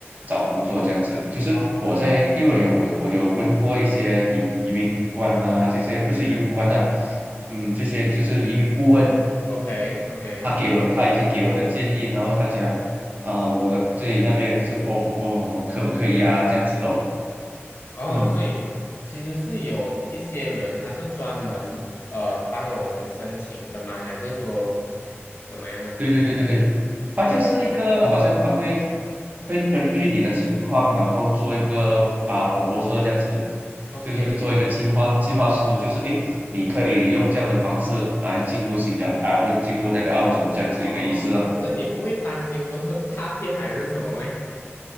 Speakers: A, on the right (about 35°); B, on the left (about 60°).
A: 找工作这样子。就是我在，
B: 哦，
A: 因为有我有问过一些移移民官啊，这些不是移民官啊，
B: 嗯
A: 嗯，这些就是移民顾问，
B: ，OK OK，
A: 他给我他已经给我的建议，然后他讲啊、我这里那边是哦不哦可不可以啊这样子咯，
B: 嗯。哦，
A: 嗯。
B: 所以其实是有一些人他是专门呃帮我们申请的吗？还是说怎么样呢
A: 对对对对对，它就是一个好像它会会根据你的情况，然后做一个啊 p r 说这样子，
B: ？OK，
A: 就是做一个计划计划书，就是诶，你可以用这样的方式来进入新加坡啊，不是进入那个澳洲这样子一个意思了。
B: 哦，可是你不会担心说 <laughs> 诈骗还是什么吗？